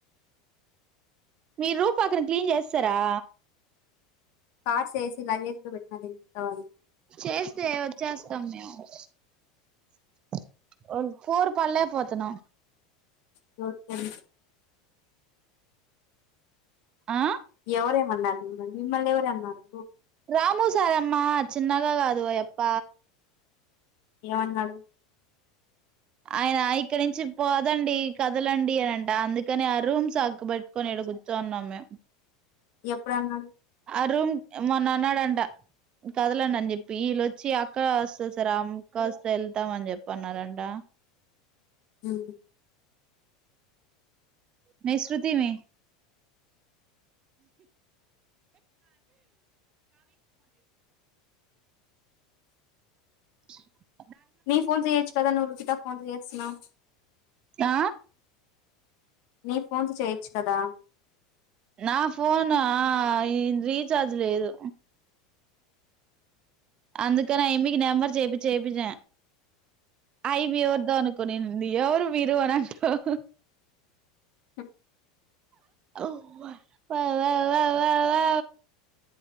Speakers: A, on the right; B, on the left.
A: మీ రూమ్ పక్కన క్లీన్ చేసేసారా
B: కార్ట్స్ ఏసీ లగేజ్ కూడా పెట్టినావు ఆ ల్
A: చేస్తే వచ్చేస్తాం మేము <inaudible> పోరు పల్లాక పోతునం
B: జోతం
A: ఆ
B: ఎవరేమన్నారు మిమ్మల్ని మిమ్మల్ని ఎవరేం అన్నారు
A: రాము సారమ్మా చిన్నగా కాదొయప్ప
B: ఏమన్నాడు
A: ఆయన ఇక్కడి నుంచి పోదండి కదలండి అనంట అందుకని ఆ రూమ్స్ అక్కబెట్టుకొనిడు ఇక్కడ కూర్చుని ఉన్నాం మేము
B: ఎప్పుడన్నారు
A: ఆ రూమ్ మొన్న అన్నాడంట కదలండి అని చెప్పి వీళ్ళొచ్చి అక్క వస్తా సార్ అక్క వస్తా వెళ్తాంని చెప్పన్నారంట
B: హూ
A: మే శృతి మే <inaudible>
B: నీ ఫోన్ చేయొచ్చు కదా నువ్వులు కితా ఫోన్ చేస్తున్నావు
A: ఆ
B: నీ ఫోన్స్ చేయొచ్చు కదా
A: నా ఫోన్ ఆ రీచార్జ్ లేదు అందుక న ఇమకి నెంబర్ చేయిపి చేయిపించ అయి బి ఎవర్ద అనుకోనింది అ ఎవరు మీరు అనంటూనవు
B: <inaudible>
A: ఓ వా వా వా వా వా